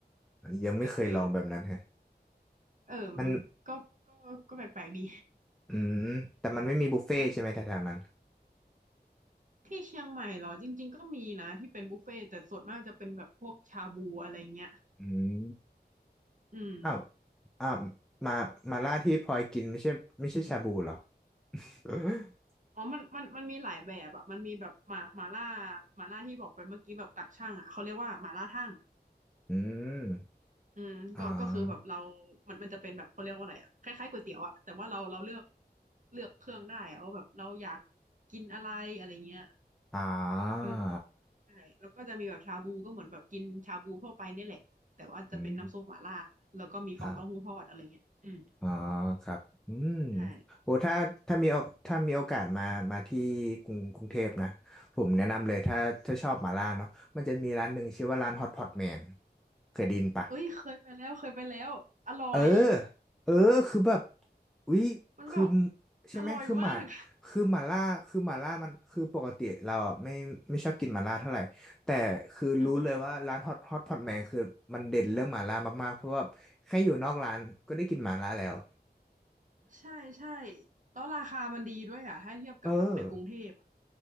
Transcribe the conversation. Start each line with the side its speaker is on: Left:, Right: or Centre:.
Centre: ยังไม่เคยลองแบบนั้นแฮะ
Right: เออเออ เออมันก็ก็ก็แปลกๆดี
Centre: มัน อืมแต่มันไม่มีบุฟเฟ่ต์ใช่ไหมแถวๆนั้น
Right: <laughs> ที่เชียงใหม่เหรอจริงๆก็มีนะที่เป็นบุฟเฟ่ต์แต่ส่วนมากจะเป็นแบบพวกชาบูอะไรเงี้ย
Centre: อืม
Right: อืม
Centre: อ้าวอ้าวมามาล่าที่พลอยกินไม่ใช่ไม่ใช่ชาบูเหรอ <laughs>
Right: อ๋อมันมันมันมีหลายแบบอะมันมีแบบหมาหมาล่าหมาล่าที่บอกไปเมื่อกี้แบบตักช่างอะเขาเรียกว่าหมาล่าทั่ง
Centre: อืม
Right: อืมก็ก็คือแบบเรา
Centre: อ่า
Right: มันมันจะเป็นแบบเขาเรียกว่าอะไรอะคล้ายๆก๋วยเตี๋ยวอะแต่ว่าเราเราเลือกเลือกเครื่องได้อะว่าแบบเราอยากกินอะไรอะไรเงี้ย
Centre: อ่า
Right: อืมใช่แล้วก็จะมีแบบชาบูก็เหมือนแบบกินชาบูทั่วไปเนี่ยแหละแต่ว่าจะเป็นน้ำซุปหม่าล่าแล้วก็มีฟองเต้าหู้ทอดอะไรเงี้ยอืม
Centre: อืมอ่าอ่าครับอืม
Right: ใช่
Centre: โอ้ถ้าถ้ามีโอถ้ามีโอกาสมามาที่กรุงกรุงเทพนะผมแนะนำเลยถ้าถ้าชอบหมาล่าเนาะมันจะมีร้านหนึ่งชื่อว่าร้านฮอตพอตแมนเคยได้ยินปะ
Right: เอ้ยเคยไปแล้วเคยไปแล้วอร่อย
Centre: เออ เออ คือแบบอุ๊ยคือ
Right: มันแบบ
Centre: ใช่ไหม
Right: อร่อยมาก
Centre: คือหมาคือหมาล่า คือหมาล่ามันคือปกติเราอ่ะไม่ไม่ชอบกินหมาล่าเท่าไหร่ แต่คือรู้เลยว่าร้านฮอตฮอตพอตแมนคือมันเด่นเรื่องหมาล่ามากๆเพราะว่าแค่อยู่นอกร้านก็ได้กินหมาล่าแล้ว
Right: อือฮึใช่ใช่แล้วราคามันดีด้วยอ่ะถ้าเทียบกับแบบในกรุงเทพอ่ะ
Centre: เออ